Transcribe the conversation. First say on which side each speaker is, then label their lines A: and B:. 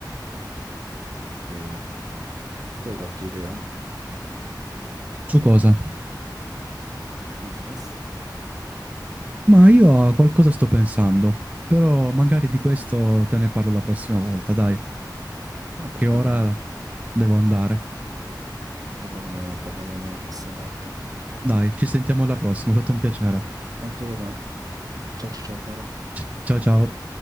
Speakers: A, on the right; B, on the right.
A: E tu hai qualche idea
B: Su cosa?
A: di business?
B: Ma io a qualcosa sto pensando, però magari di questo te ne parlo la prossima volta, dai,
A: Va bene,
B: che ora
A: dai.
B: devo andare.
A: Allora ne parleremo la prossima volta.
B: Dai, ci sentiamo alla prossima, è stato un piacere.
A: Anche per me. Ciao ciao ciao, caro.
B: C- ciao ciao.